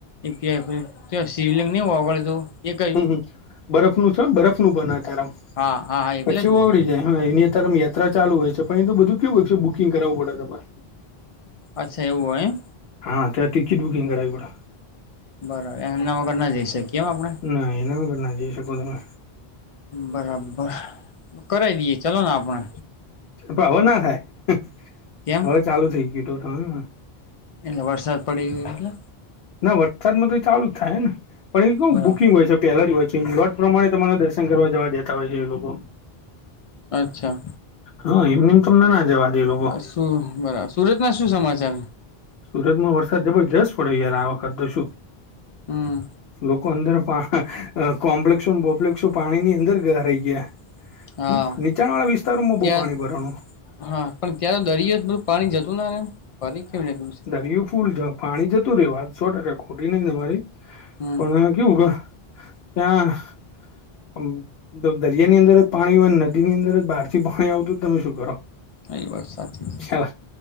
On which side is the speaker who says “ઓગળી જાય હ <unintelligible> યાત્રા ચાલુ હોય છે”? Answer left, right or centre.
Left